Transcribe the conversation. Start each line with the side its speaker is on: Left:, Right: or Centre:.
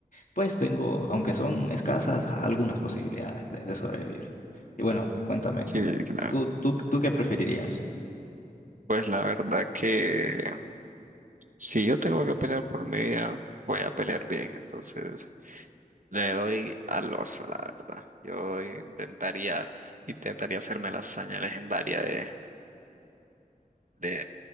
Left: pues tengo, aunque son escasas, algunas posibilidades de, de sobrevivir. Y bueno, cuéntame,
Right: Sí, claro.
Left: ¿tú, tú, tú qué preferirías?
Right: Pues la verdad que si yo tengo que pelear por mi vida, voy a pelear bien. Entonces le doy al oso, la verdad. Yo intentaría, intentaría hacerme la hazaña legendaria de, de